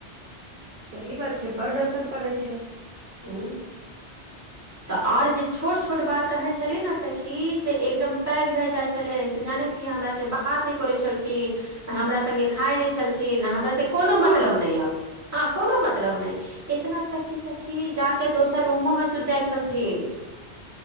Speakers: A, on the right; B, on the right.
A: सही बात छै बड असर पड़ै छै
B: हूँ तऽ आर जे छोट छोट बात रहे छले ने सखी से एकदम पैग भए जाय छले से जाने छिऐ बात नय करै छलखिन हमरा संगे खाय नय छलखिन हम से कोनो
A: हँ
B: मतलब नय अब हँ कोनो मतलब नय इतना तक कि सखी जा के दोसर रूमो में सुत जाइ छलथिन